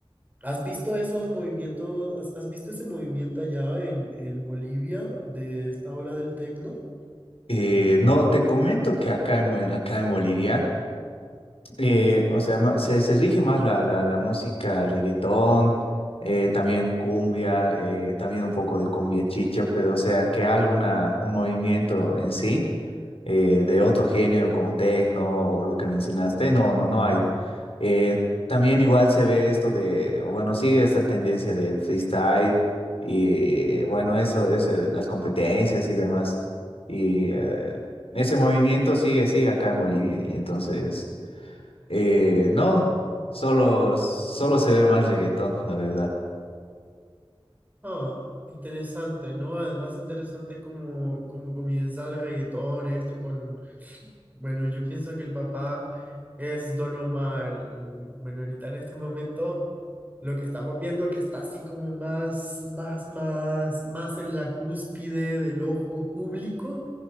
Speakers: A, on the right (about 15°); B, on the left (about 90°).
A: ¿Has visto esos movimientos, has, has visto ese movimiento allá en, en Bolivia de esta ola del tecno?
B: Eh, no, te comento que acá en, Bo- acá en Bolivia. Eh, o sea, ma- se, se rige más la, la, la música reggaetón, eh, también cumbia, eh, también un poco de cumbia chicha, pero o sea, que alguna, un movimiento en sí, eh, de otro género como tecno o lo que mencionaste, no, no, no hay. Eh, también igual se ve esto de, bueno, sigue esta tendencia de freestyle y bueno, eso, eso, las competencias y demás. Y eh, ese movimiento sigue, sigue acá en Bolivia y entonces... Eh, no, solo, solo se ve más reggaetón, la verdad.
A: Ah, interesante, ¿no? Además, interesante cómo, cómo comienza el reggaetón, esto con, bueno, yo pienso que el papá es Don Omar y, bueno, ahorita en este momento lo que estamos viendo que está así como más, más, más, más en la cúspide del ojo público